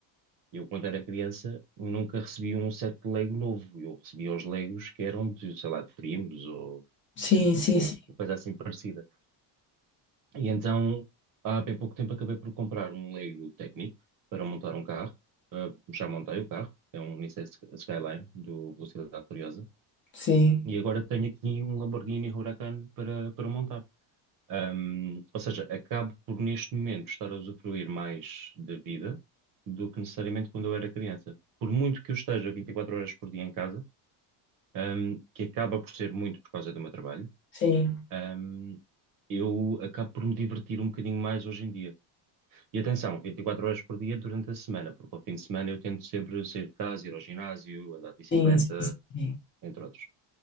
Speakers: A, on the right; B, on the left.
A: Eu, quando era criança, nunca recebi um set de Lego novo. Eu recebia os Legos que eram de, sei lá, de primos ou,
B: Sim, sim,
A: ou
B: sim.
A: coisa assim parecida. E então, há bem pouco tempo, acabei por comprar um Lego técnico para montar um carro. Eh, já montei o carro. É um Nissan Skyline do Velocidade Furiosa.
B: Sim,
A: E agora tenho aqui um Lamborghini Huracan para, para montar. Um, ou seja, acabo por neste momento estar a usufruir mais da vida do que necessariamente quando eu era criança. Por muito que eu esteja 24 horas por dia em casa, um, que acaba por ser muito por causa do meu trabalho,
B: sim,
A: um, eu acabo por me divertir um bocadinho mais hoje em dia. E atenção, 24 horas por dia durante a semana, porque ao fim de semana eu tento sempre sair de casa, ir ao ginásio, andar de bicicleta,
B: sim, sim, sim, sim.
A: entre outros.